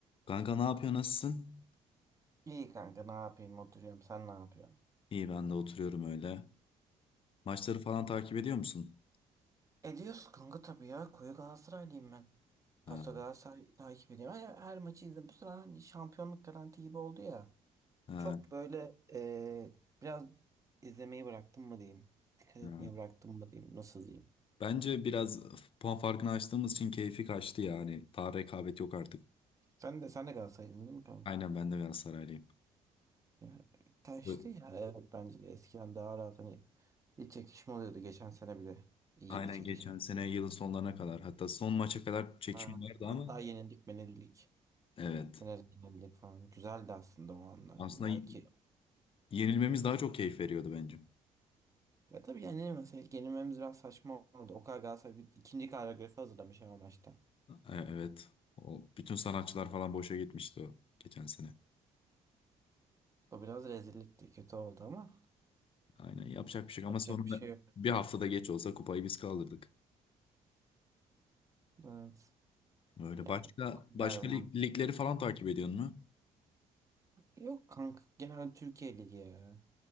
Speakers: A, on the left; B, on the right.
A: Kanka ne yapıyor nasılsın?
B: İyi kanka ne yapayım oturuyorum sen ne yapıyorsun?
A: İyi ben de oturuyorum öyle. Maçları falan takip ediyor musun?
B: Ediyoruz kanka tabii ya koyu Galatasaraylıyım ben.
A: Ha,
B: Paso Galatasaray takip ediyorum. Her, her maçı izledim. Bu sıra hani şampiyonluk garanti gibi oldu ya.
A: ha,
B: Çok böyle eee, biraz izlemeyi bıraktım mı diyeyim. Dikkat etmeyi
A: ha.
B: bıraktım mı diyeyim. Nasıl diyeyim.
A: Bence biraz puan farkını açtığımız için keyfi kaçtı yani. Daha rekabet yok artık.
B: Sen de sen de Galatasaray'dın değil mi kanka?
A: Aynen ben de Galatasaraylıyım.
B: Ya, kaçtı
A: Bu-
B: ya. Evet bence de eskiden daha rahat hani bir çekişme oluyordu. Geçen sene bile iyiydi
A: Aynen
B: çekişme.
A: geçen sene yılın sonlarına kadar hatta son maça kadar çekişme
B: Ha.
A: vardı ama
B: Hatta yenildik menildik.
A: evet.
B: Biraz yenilik falan. Güzeldi aslında o anlar.
A: Aslında
B: Yani belki
A: y- yenilmemiz daha çok keyif veriyordu bence.
B: ya tabii yenilmeseydik yenilmemiz biraz saçma oldu. O kadar Galatasaray bir ikinci koreografi hazırlamış ama maçta.
A: E- Evet. O, bütün sanatçılar falan boşa gitmişti o geçen sene.
B: O biraz rezillikti. Kötü oldu ama
A: Aynen yapacak bir şey yok ama
B: yapacak
A: sonunda
B: bir şey yok.
A: bir haftada geç olsa kupayı biz kaldırdık.
B: Evet.
A: Öyle
B: Yani
A: başka
B: yardım.
A: başka lig- ligleri falan takip ediyorsun mu?
B: Yok kanka genel Türkiye Ligi ya.